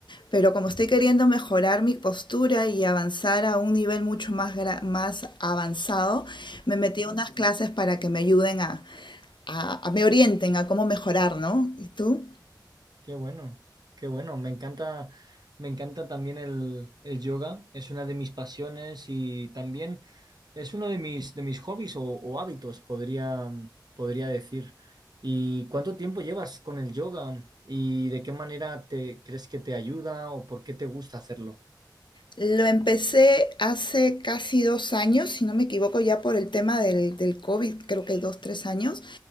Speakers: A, on the left; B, on the right.
A: pero como estoy queriendo mejorar mi postura y avanzar a un nivel mucho más, gra- más avanzado, me metí a unas clases para que me ayuden a, a- a- me orienten a cómo mejorar, ¿no? ¿Y tú?
B: Qué bueno, qué bueno. Me encanta, me encanta también el, el yoga. Es una de mis pasiones y también es uno de mis, de mis hobbies o, o hábitos, podría, podría decir. ¿Y cuánto tiempo llevas con el yoga? ¿Y de qué manera te crees que te ayuda o por qué te gusta hacerlo?
A: Lo empecé hace casi dos años, si no me equivoco, ya por el tema del, del COVID, creo que dos, tres años.